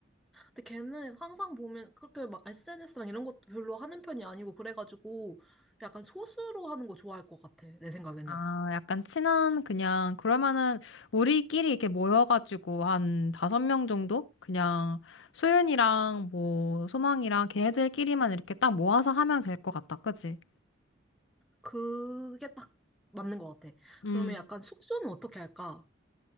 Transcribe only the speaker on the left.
아, 약간 친한, 그냥, 그러면은, 우리끼리 이렇게 모여가지고, 한 다섯 명 정도? 그냥, 소윤이랑, 뭐, 소망이랑, 걔네들끼리만 이렇게 딱 모아서 하면 될 것 같다. 그치?
음.